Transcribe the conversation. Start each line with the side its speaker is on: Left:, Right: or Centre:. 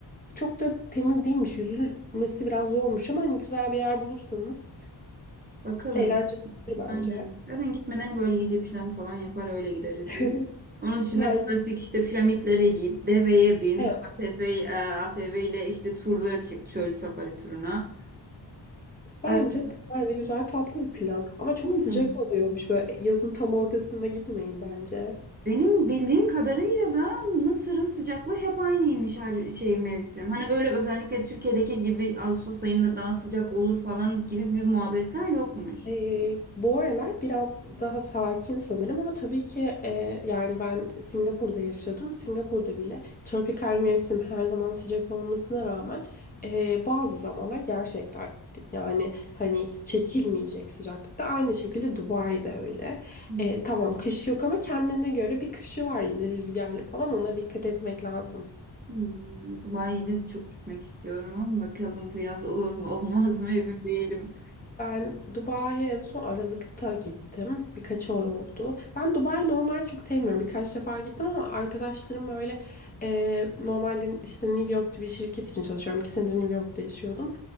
Left: çok da temiz değilmiş. Yüzülmesi biraz zormuş ama hani güzel bir yer bulursanız
Right: Bakalım
Left: eğlencelidir bence.
Right: Aynen. Zaten gitmeden böyle iyice plan falan yapar öyle gideriz
Left: <laughs>
Right: biz. Onun dışında
Left: Bence
Right: klasik işte piramitlere git, deveye bin,
Left: evet.
Right: ATV, e, ATV ile işte turla çık, çöl safari turuna.
Left: Bence
Right: E,
Left: bence güzel tatlı bir plan. Ama çok sıcak
Right: Aynen.
Left: oluyormuş. Böyle yazın tam ortasında gitmeyin bence.
Right: Benim bildiğim kadarıyla da Mısır'ın sıcaklığı hep aynıymış her şey mevsim. Hani öyle özellikle Türkiye'deki gibi Ağustos ayında daha sıcak olur falan gibi bir muhabbetler yokmuş.
Left: Ee, bu aralar biraz daha sakin sanırım ama tabii ki e, yani ben Singapur'da yaşadım. Singapur'da bile tropikal mevsim her zaman sıcak olmasına rağmen e, bazı zamanlar gerçekten yani hani çekilmeyecek sıcaklıkta. Aynı şekilde Dubai'de öyle.
Right: Hmm.
Left: E, tamam kış yok ama kendine göre bir kışı var yine rüzgarlı falan ona dikkat etmek lazım.
Right: Hmm. Dubai'de de çok gitmek istiyorum ama bakalım bu yaz olur mu <laughs> olmaz mı emin değilim.
Left: Ben Dubai'ye en son Aralık'ta gittim. Birkaç ay oldu. Ben Dubai'yi normalde çok sevmiyorum. Birkaç defa gittim ama arkadaşlarım böyle e, normalde işte New York'ta bir şirket için çalışıyorum. İki senedir New York'ta yaşıyordum.